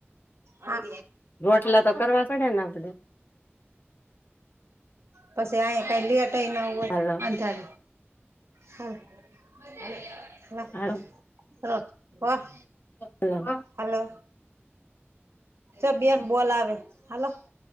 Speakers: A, on the right; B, on the left.
A: હા
B: રોટલા તો કરવા પડે ને.
A: પછી આહી કઈ લેટય ન હોય
B: હાલો
A: અંધાર હા
B: હા
A: ર વાહ
B: <unintelligible>
A: હલો ચ બેન બોલાવે હાલો